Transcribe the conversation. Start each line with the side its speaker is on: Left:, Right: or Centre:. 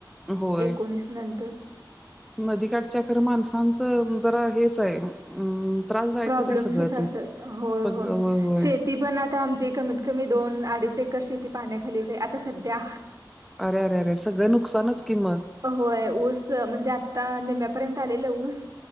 Centre: होय
Right: एकोणीस नंतर.
Centre: नदीकाठच्या जरा माणसांच जरा हेच आहे अम त्रासदायकच
Right: प्रॉब्लेम्सचं
Centre: आहे सगळं ते
Right: असतात होय
Centre: सगळं
Right: होय
Centre: होय
Right: शेती पण आता आमची कमीत कमी दोन अडीच एकर शेती पाण्याखालीच आहे आता सध्या
Centre: अरे अरे अरे सगळं नुकसानच कि मग
Right: होय ऊस म्हणजे आता निम्म्यापर्यंत आलेलं ऊस